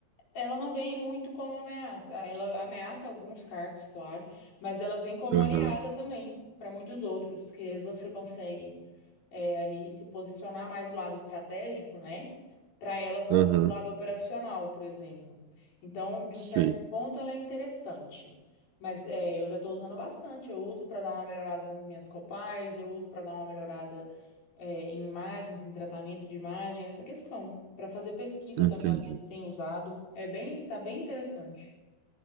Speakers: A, on the left; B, on the right.
A: Ela não vem muito como ameaça. Ah, Ela ameaça alguns cargos, claro, mas ela vem como
B: Aham,
A: aliada também para muitos outros, que você consegue é, ali se posicionar mais do lado estratégico, né? Para ela fazer
B: aham,
A: o lado operacional, por exemplo. Então, de
B: sei,
A: um certo ponto, ela é interessante. Mas é, eu já estou usando bastante. Eu uso para dar uma melhorada nas minhas copais, eu uso para dar uma melhorada é, em imagens, em tratamento de imagem, essa questão. Para fazer pesquisa
B: entendi.
A: também, às vezes, tem usado. É bem, tá bem interessante.